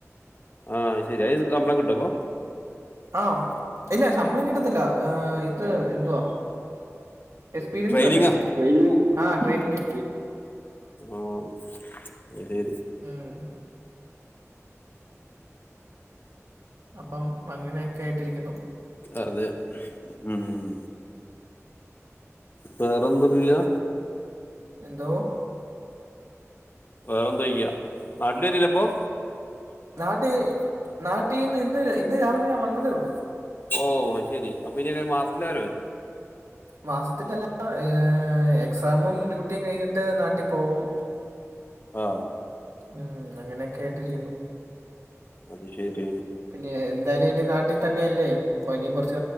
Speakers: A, on the left; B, on the right.
A: ആഹ് അത് ശരി അയിന് ശമ്പളം കിട്ടുവോ അപ്പോ
B: ആഹ് ഇല്ല ശമ്പളം കിട്ടത്തില്ല ഇത് എന്തുവാ എക്സ്പീരിയൻസ്
A: ട്രെയിനിങ്ങാ
B: വേണ്ടേ ട്രയിനിങ് ആ ട്രയിനിങ്
A: ആഹ് എരേര്
B: ഉം അപ്പം അങ്ങെനെയെക്കേയ്ട്ടിരിക്ക്യുന്നു
A: അതെ ഊം വേറൊന്നും ല്ലാ
B: പിന്നെ എന്തോ
A: വേറെന്തും ഇയ്യാ നാട്ട്ല് വെരെൽല്ലേപ്പാേ
B: നാട്ട് നാട്ടീന്ന് ഇന്ന് ഇന്ന് രാവിലെ ഞാൻ വന്നതേ ഒള്ളൂ
A: ഓഹ് അയ്ശെരി അപ്പ ഇയ്യെങ്ങെനെ മാസ്ത്ത്ലാ വെരവ്
B: മാസത്തിലല്ലാതെ ഏഹ് എക്സാമും ഡ്യൂട്ടിയും കഴിഞ്ഞിട്ട് നാട്ടി പോവും
A: ആഹ്
B: ഉം അങ്ങെനെക്കെ ആയിട്ട് ചെയ്യ്ന്നു
A: അത് ശെരീ
B: പിന്നെ എന്തായാലും ഇനി നാട്ടി തന്നെ അല്ലേ അപ്പൊ ഇനി കൊർച്ച്